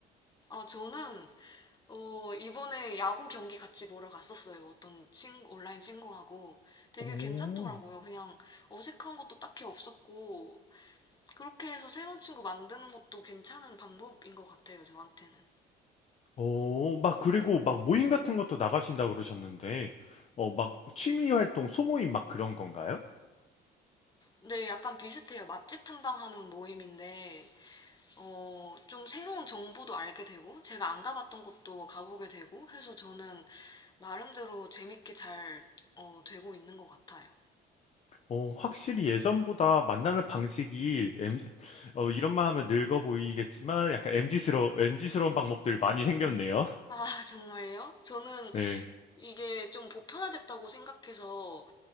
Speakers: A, on the left; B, on the left.
A: 아, 저는 어, 이번에 야구 경기 같이 보러 갔었어요. 어떤 친, 온라인 친구하고 되게
B: 오,
A: 괜찮더라고요. 그냥 어색한 것도 딱히 없었고, 그렇게 해서 새로운 친구 만드는 것도 괜찮은 방법인 것 같아요, 저한테는.
B: 어, 막 그리고 막 모임 같은 것도 나가신다 그러셨는데, 어, 막 취미 활동, 소모임 막 그런 건가요?
A: 근데 약간 비슷해요. 맛집 탐방하는 모임인데, 어, 좀 새로운 정보도 알게 되고, 제가 안 가봤던 곳도 가보게 되고 해서 저는 나름대로 재밌게 잘, 어, 되고 있는 것 같아요.
B: 어, 확실히 예전보다 만나는 방식이 m 어, 이런 말 하면 늙어 보이겠지만 약간 m 지스러 엠지스러운 방법들 많이 생겼네요.
A: 아, <laughs> 정말요? 저는
B: <laughs> 네.
A: 이게 좀 보편화됐다고 생각해서,